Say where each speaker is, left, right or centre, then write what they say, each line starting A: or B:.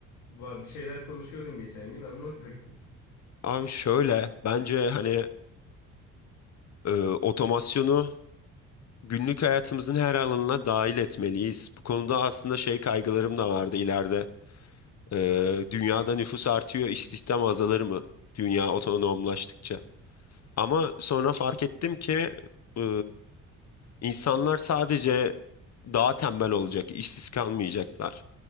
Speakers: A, on the left; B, on the left.
A: Va- Bir şeyler konuşuyordun geçen gün anlat bakayım.
B: Abi şöyle bence hani e, otomasyonu günlük hayatımızın her alanına dahil etmeliyiz. Bu konuda aslında şey kaygılarım da vardı ileride. Ee, dünyada nüfus artıyor, istihdam azalır mı? Dünya otonomlaştıkça. Ama sonra fark ettim ki e, insanlar sadece daha tembel olacak, işsiz kalmayacaklar.